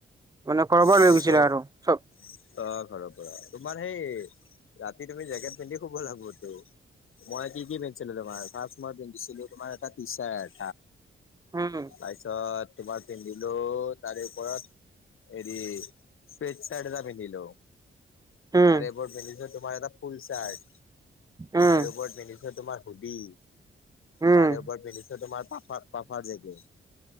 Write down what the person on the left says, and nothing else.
ত
চব
ত ঘৰৰ পৰা তোমাৰ সেই ৰাতি তুমি জেকেট পিন্ধি শুভ লাগিব <unintelligible> টো মই কি কি পিন্ধিছিলো তোমাৰ ফাৰ্ষ মই পিন্ধিছিলো তোমাৰ এটা টি চাৰ্ট
তাৰপিছত তোমাৰ পিন্ধিলো তাৰে ওপৰত এৰি ফিট চাৰট এটা পিন্ধিলো
তাৰেপ পিন্ধিছো তোমাৰ এটা <unintelligible> ফুল চাৰ্ট
আৰু ওপৰত পিন্ধিছো তোমাৰ হুবি <unintelligible>
তাৰে ওৰ পিন্নিছো তোমাৰ পফ পাফাৰ যেগে।